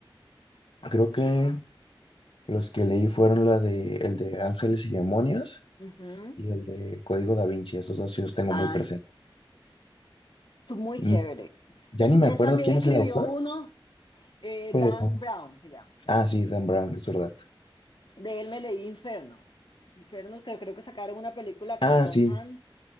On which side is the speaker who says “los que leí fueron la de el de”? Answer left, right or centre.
Left